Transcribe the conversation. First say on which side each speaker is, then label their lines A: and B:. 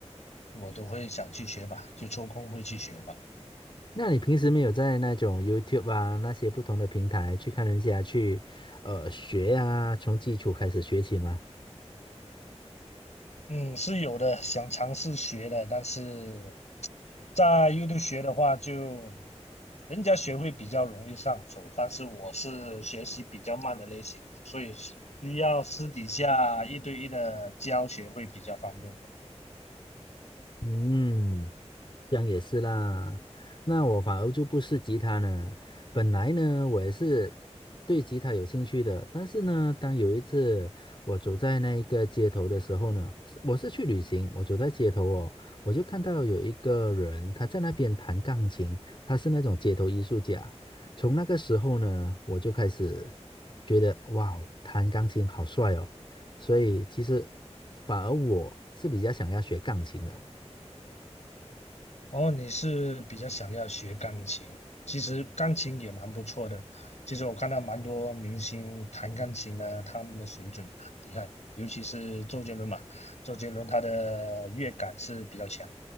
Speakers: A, on the left; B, on the left.
A: 我都会想去学吧，就抽空会去学吧。
B: 那你平时没有在那种 YouTube 啊那些不同的平台去看人家去呃学啊，从基础开始学起吗？
A: 嗯，是有的，想尝试学的，但是在 YouTube 学的话就，人家学会比较容易上手，但是我是学习比较慢的类型，所以需要私底下一对一的教学会比较方便我。
B: 嗯。这样也是啦，那我反而就不是吉他呢。本来呢，我也是对吉他有兴趣的，但是呢，当有一次我走在那一个街头的时候呢，是我是去旅行，我走在街头哦，我就看到有一个人他在那边弹钢琴，他是那种街头艺术家。从那个时候呢，我就开始觉得哇哦弹钢琴好帅哦，所以其实反而我是比较想要学钢琴的。
A: 哦，你是比较想要学钢琴，其实钢琴也蛮不错的。其实我看到蛮多明星弹钢琴的，他们的水准很厉害，尤其是周杰伦嘛，周杰伦他的乐感是比较强。